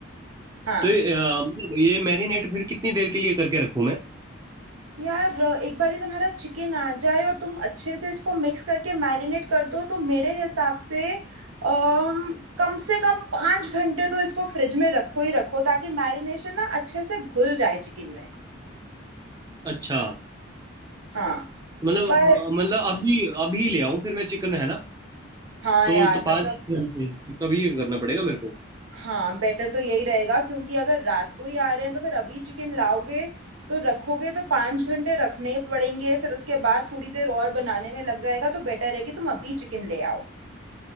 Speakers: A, on the right; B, on the right.
A: हाँ
B: तो ये, अ, मतलब ये मैरिनेट फिर कितनी देर के लिए करके रखूँ मैं
A: यार अ, एक बार ही तुम्हारा चिकन आ जाए और तुम अच्छे से इसको मिक्स करके मैरिनेट कर दो तो मेरे हिसाब से अम, कम से कम पाँच घंटे तो इसको फ्रिज में रखो ही रखो ताकि मैरिनेशन ना अच्छे से घुल जाए चिकन में
B: अच्छा
A: हाँ
B: मतलब
A: पर
B: अ, मतलब अभी अभी ले आऊँ फिर मैं चिकन है ना
A: हाँ
B: तो,
A: यार
B: तो
A: मतलब
B: पाँच घंटे तभी ये करना पड़ेगा मेरे को
A: हाँ बेटर तो यही रहेगा क्योंकि अगर रात को ही आ रहे हैं तो फिर अभी चिकन लाओगे तो रखोगे तो पाँच घंटे रखने पड़ेंगे फिर उसके बाद थोड़ी देर और बनाने में लग जाएगा तो बेटर है कि तुम अभी चिकन ले आओ